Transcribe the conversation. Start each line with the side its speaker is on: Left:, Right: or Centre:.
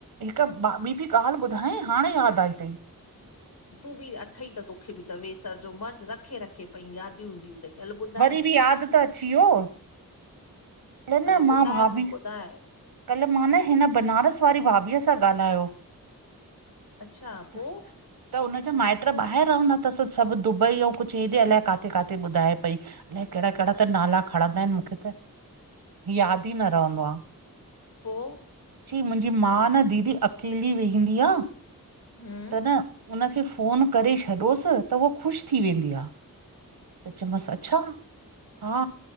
Right: हिकु ॿि बी ॻाल्हि ॿुधाय हाणे यादि आई तईं।
Left: तूं बि अथई त तोखे बि त वेसर जो मर्ज़ु रखे रखे पई यादियूं ईंदियूं। अथई हल ॿुधाए
Right: वरी बि यादि त अची वियो। कल्ह
Left: हलो
Right: न मां
Left: ॿुधाए
Right: भाभी
Left: ॿुधाए।
Right: कल्ह मां न हिन बनारस वारी भाभीअ सां ॻाल्हायो। <inaudible>
Left: अच्छा पो?
Right: त हुनजा माइट ॿाहिरि रहदा तसि सभु दुबई अऊ कुछु हेॾे अलाए काथे काथे ॿुधाए पई। अलाए कहिड़ा कहिड़ा त नाला खणंदा आहिनि मूंखे त। यादि ई न रहंदो आ।
Left: पोइ।
Right: चई मुंहिंजी माउ न दीदी अकेली वेहंदी आ।
Left: हम्म,
Right: त न उन खे फोन करे छॾोसि। त उह ख़ुशि थी वेंदी आ। त चमसि अच्छा। हा।